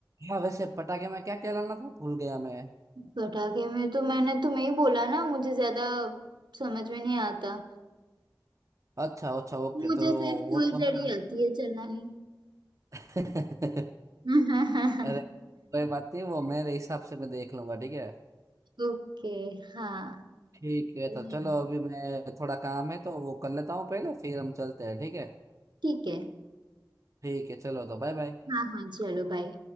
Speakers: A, on the right; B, on the right.
A: हाँ वैसे पटाखे में क्या क्या लाना था भूल गया मैं
B: पटाखे में तो मैंने तुम्हें ही बोला ना मुझे ज्यादा समझ में नहीं आता
A: अच्छा अच्छा ओके
B: मुझे
A: तो
B: सिर्फ
A: वो
B: फुलझड़ी
A: तो है ना
B: आती है चलानी
A: <laughs>
B: <laughs>
A: अरे कोई बात नहीं वो मेरे हिसाब से मैं देख लूंगा ठीक है
B: ओके हाँ
A: ठीक है
B: ठीक
A: तो चलो अभी मैं थोड़ा काम है तो वो कर लेता हूँ पहले फिर हम चलते हैं ठीक है
B: है
A: ठीक है चलो तो बाय बाय
B: हाँ हाँ चलो बाय